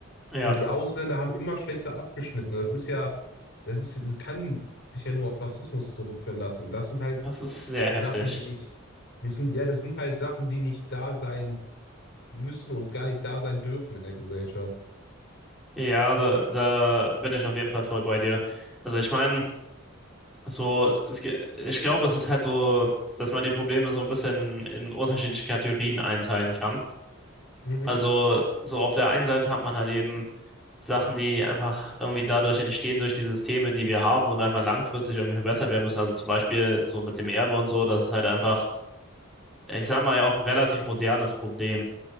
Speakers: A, in the centre; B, on the left (about 55°).
A: ja.
B: Und die Ausländer haben immer schlechter abgeschnitten. Das ist ja, das ist, das kann dich ja nur auf Rassismus zurückführen lassen. Und das sind halt
A: Das ist sehr heftig.
B: Sachen, die nicht, das sind, ja, das sind halt Sachen, die nicht da sein müssen und gar nicht da sein dürfen in der Gesellschaft.
A: Ja, da, da bin ich auf jeden Fall voll bei dir. Also ich meine, so, es, ge- ich glaube, es ist halt so, dass man die Probleme so ein bisschen in unterschiedliche Kategorien einteilen kann.
B: Mhm.
A: Also so auf der einen Seite hat man halt eben Sachen, die einfach irgendwie dadurch entstehen, durch die Systeme, die wir haben und einfach langfristig irgendwie verbessert werden müssen. Also zum Beispiel so mit dem Erbe und so, das ist halt einfach, ich sag mal, ja auch ein relativ modernes Problem,